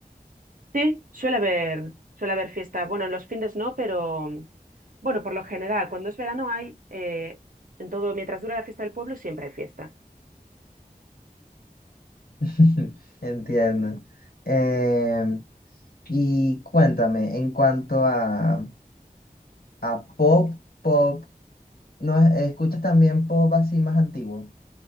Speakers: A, on the right; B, on the left.
A: Sí, suele haber, suele haber fiesta. Bueno, en los fines no, pero bueno, por lo general, cuando es verano hay, eh, en todo, mientras dura la fiesta del pueblo, siempre hay fiesta.
B: <laughs> Entiendo. Em, y cuéntame, en cuanto a, a pop, pop, ¿no es- escuchas también pop así más antiguo?